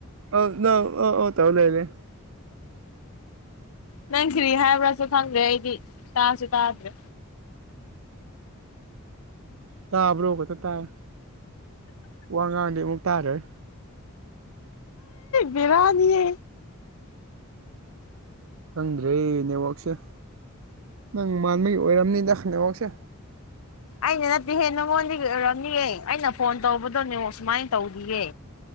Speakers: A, on the right; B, on the left.
A: ꯑ ꯅꯪ ꯑꯣ ꯑꯣ ꯇꯧꯔ ꯂꯩꯔꯦ
B: ꯅꯪ ꯀꯤꯔꯤ ꯍꯥꯏꯕ꯭ꯔꯥꯁꯨ ꯈꯪꯗꯦ ꯑꯩꯗꯤ ꯇꯥꯁꯨ ꯇꯥꯗ꯭ꯔꯦ
A: ꯇꯥꯕ꯭ꯔꯣ ꯈꯛꯇ ꯇꯥꯏ ꯋꯥ ꯉꯥꯡꯗꯤ ꯑꯃꯨꯛ ꯇꯥꯔꯣꯏ
B: ꯕꯦꯔꯥꯅꯤꯌꯦ
A: ꯈꯪꯗ꯭ꯔꯦ ꯅꯦꯠꯋꯥꯛꯁꯦ ꯅꯪ ꯃꯥꯟꯕꯒꯤ ꯑꯣꯏꯔꯝꯅꯤꯗ ꯅꯦꯠꯋꯥꯛꯁꯦ
B: ꯑꯩꯅ ꯅꯠꯇꯦ ꯍꯦ ꯅꯪꯉꯣꯟꯗꯒꯤ ꯎꯔꯝꯅꯤꯑꯦ ꯑꯩꯅ ꯐꯣꯟ ꯇꯧꯕꯗꯣ ꯅꯦꯠꯋꯥꯛ ꯁꯨꯃꯥꯏꯅ ꯇꯧꯗꯤꯌꯦ꯫